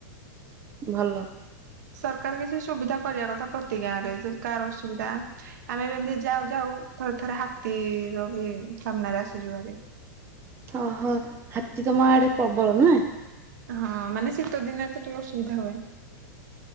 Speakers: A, on the right; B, on the right.
A: ଭଲ।
B: ସରକାର କିଛି ସୁବିଧା କରିବା କଥା ପ୍ରତି ଗାଁରେ ଯଦି କାହାର ଅ ସୁୁବିଧା ଆମେ ବି ଏମତି ଯାଉ ଯାଉ ଥରେ ଥରେ ହାତୀର ବି ସାମ୍ନାରେ ଆସିଚୁ ଭାରି।
A: ଓହୋ ହାତୀ ତମ ଆଡ଼େ ପ୍ରବଳ ନୁହେଁ?
B: ହଁ ମାନେ ଶୀତ ଦିନରେ ତ ଟିକେ ଅସୁବିଧା ହୁଏ।